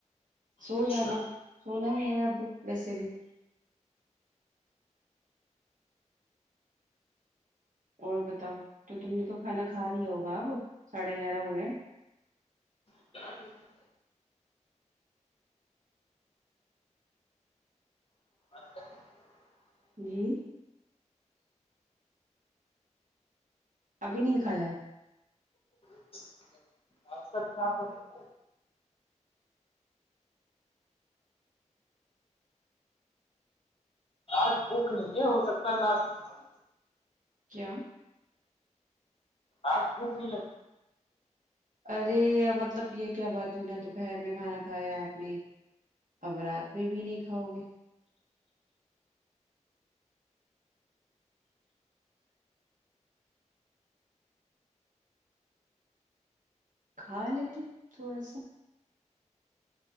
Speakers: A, on the right; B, on the left.
A: سو
B: اچھا
A: جانا سونا ہی ہے اب ویسے بھی اور بتاؤ تو تم نے تو کھانا کھا لیا ہوگا اب ساڑھے گیارہ ہو رہے ہیں
B: <unintelligible> <unintelligible>
A: جی ابھی نہیں کھیا
B: <inaudible> آج بھوک نہیں ہے ہو سکتا نہ بھی کھاؤں
A: کیا
B: آج بھوک نہیں لگ
A: ارے مطلب یہ کیا بات ہوئی نا دوپہر میں کھانا کھایا آپ نے اب رات میں بھی نہیں کھاؤ گے کھا لیتے تھوڑا سا